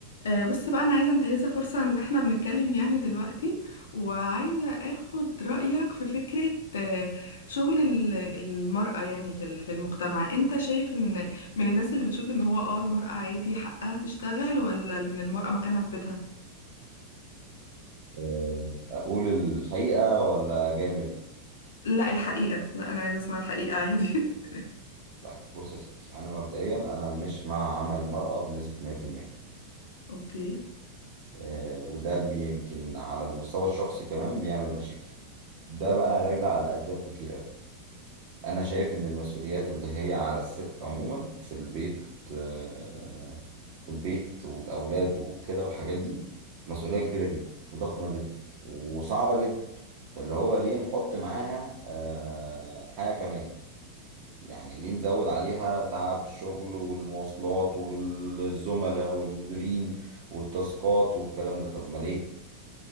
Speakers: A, on the left (about 65°); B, on the right (about 45°).
A: آه، بص بقى انا عايزه انتهزها فرصه ان احنا بنتكلم يعني دلوقتي وعايزه اخد رايك في فكره آه، شغل ال- المراه يعني في ال- في المجتمع انت شايف ان من الناس اللي بتشوف ان هو اه المراه عادي حقها تشتغل ولا ان المراه مكانها في بيتها
B: آه، اقول الحقيقه ولا جامل
A: لا الحقيقه لا انا عايزه اسمع الحقيقه عادي <laughs>
B: طيب بص يا ستي انا مبدئيا انا مش مع عمل المراه بنسبه 100%
A: اوكي
B: آه، وده يمكن على المستوى الشخصي كمان بيعمل مشاكل ده بقى راجع لاسباب كتير قوي انا شايف ان المسؤوليات اللي هي على الست عموما في البيت آه، في البيت والاولاد وكده والحاجات دي مسؤوليه كبيره جدا وضخمه جدا وصعبه جدا فاللي هو ليه نحط معاها آه، حاجه كمان يعني ليه نزود عليها تعب الشغل والمواصلات والزملاء والمديرين والتاسكات والكلام ده طب ما ليه